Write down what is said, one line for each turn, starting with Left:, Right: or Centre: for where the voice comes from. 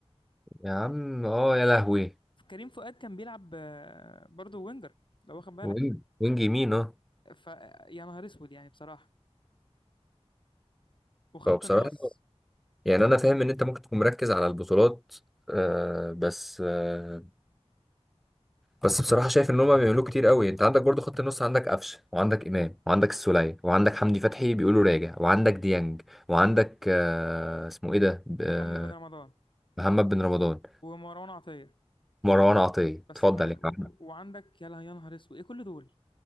Centre: يا عم اه يا لهوي
Left: كريم فؤاد كان بيلعب آه، برضه وينجر لو واخد بالك
Centre: وينج وينج يمين اه
Left: ف يا نهار اسود يعني بصراحه وخط
Centre: فبصراحة
Left: النص
Centre: يعني أنا فاهم إن أنت ممكن تكون مركز على البطولات آه بس آه بس بصراحة شايف إن هما بيعملوه كتير قوي أنت عندك برضو خط النص عندك قفشة وعندك إمام وعندك السولية وعندك حمدي فتحي بيقولوا راجع وعندك ديانج وعندك آه اسمه إيه ده ب- آه
Left: محمد بن رمضان
Centre: محمد بن رمضان
Left: ومروان عطيه
Centre: مروان عطية
Left: بس
Centre: اتفضل
Left: أكرم
Centre: يا
Left: و...
Centre: احمد
Left: و- وعندك يا له- يا نهار اسود ايه كل دول